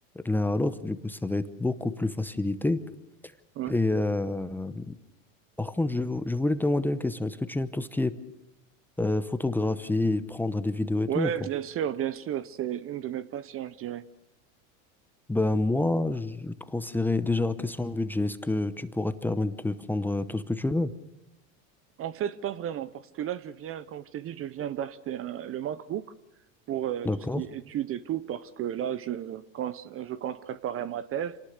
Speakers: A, in the centre; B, on the right.
A: l'un à l'autre, du coup, ça va être beaucoup plus facilité.
B: ouais.
A: Et euh, par contre, je, vou- je voulais te demander une question. Est-ce que tu aimes tout ce qui est euh, photographier, prendre des vidéos et
B: Ouais,
A: tout ou pas?
B: bien sûr, bien sûr, c'est une de mes passions, je dirais.
A: Ben moi, je te conseillerais déjà, question de budget, est-ce que tu pourras te permettre de prendre tout ce que tu veux?
B: En fait, pas vraiment, parce que là, je viens, comme je t'ai dit, je viens d'acheter un- le MacBook pour euh, tout
A: D'accord?
B: ce qui est études et tout, parce que là, je, quand, je compte préparer ma thèse.